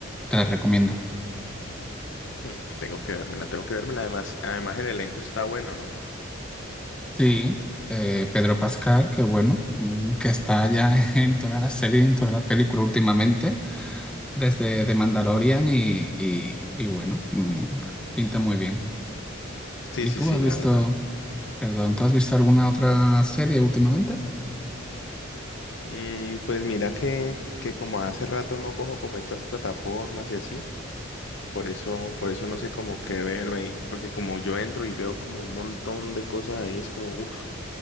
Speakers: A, in the centre; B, on the left (about 65°).
A: Te la recomiendo.
B: Mm, tengo que vérmela, tengo que vérmela. Además, además el elenco está bueno, ¿no?
A: Sí, eh, Pedro Pascal, que bueno, mm, que está ya <laughs> en toda la serie, en toda la película últimamente, desde The Mandalorian y, y, y bueno, mm, pinta muy bien.
B: Sí,
A: ¿Y
B: sí,
A: tú
B: sí,
A: has
B: la
A: visto,
B: verdad.
A: perdón, tú has visto alguna otra serie últimamente?
B: Mm, pues mira que, que como hace rato no cojo como estas plataformas y así, por eso, por eso no sé cómo qué verme, y- porque como yo entro y veo como un montón de cosas ahí, es como, uff.